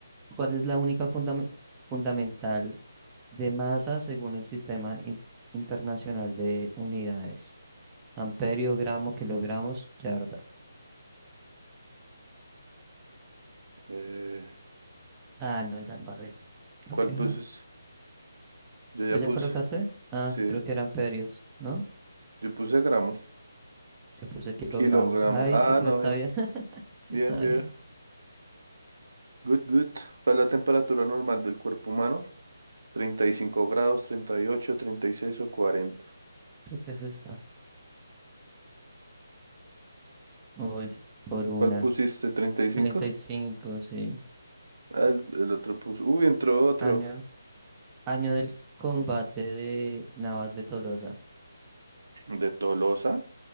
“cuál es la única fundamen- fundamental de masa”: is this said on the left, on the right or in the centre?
Right